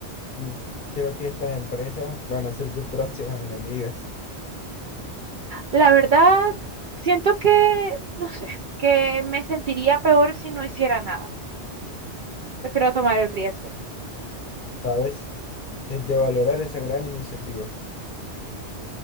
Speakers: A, on the left; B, on the right.
A: Mm, Creo que estas empresas van a ser tus <laughs> próximas enemigas,
B: La verdad, siento que, no sé, que me sentiría peor si no hiciera nada. Prefiero tomar el riesgo.
A: ¿sabes? Es de valorar esa gran iniciativa,